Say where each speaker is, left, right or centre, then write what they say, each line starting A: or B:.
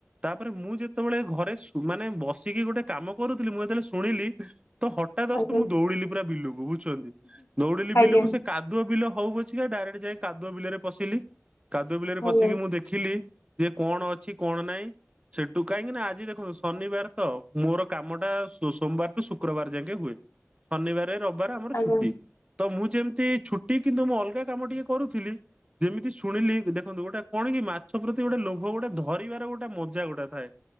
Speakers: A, on the right (about 25°); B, on the left (about 55°).
A: ତାପରେ ମୁଁ ଯେତେବେଳେ ଘରେ ସୂ ମାନେ ବସିକି ଗୋଟେ କାମ କରୁଥିଲି ମୁଁ ଯେତେବେଳେ ଶୁଣିଲି। ତ ହଠାତ୍
B: ଆଜ୍ଞା
A: ମୁଁ ଦୌଡିଲି ପୁରା ବିଲୁକୁ ବୁଝୁଛନ୍ତି ଦୌଡିଲି
B: ଆଜ୍ଞା
A: ବିଲୁକୁ ସେ କା କାଦୁଅ ବିଲ ହଉ ପଛିକା ଡାଇରେକ୍ଟ ଯାଇ କାଦୁଅ ବିଲରେ ପଶିଲି କାଦୁଅ ବିଲରେ ପସି
B: ଆଜ୍ଞା
A: ଦେଖିଲି ଯେ କଣ ଅଛି କଣ ନାଇଁ ସେଠୁ କାହିଁକି ନା ଆଜି ଦେଖନ୍ତୁ ଶନିବାର ତ ମୋର କାମ ଟା ସୋମବାର ରୁ ଶୁକ୍ରବାର ଯାକେ ହୁଏ। ଶନିବାର ରବିବାର ଆମର
B: ଆଜ୍ଞା
A: ଛୁଟି। ତ ମୁଁ ଯେମିତି ଛୁଟି କିନ୍ତୁ ମୁଁ ଅଲଗା କାମ ଟିକେ କରୁଥିଲି ଯେମିତି ଶୁଣିଲି ଦେଖନ୍ତୁ ଗୋଟେ କଣ କି ମାଛ ପ୍ରତି ଗୋଟେ ଲୋଭ ଗୋଟେ ଧରିବାର ଗୋଟେ ମଜା ଗୋଟେ ଥାଏ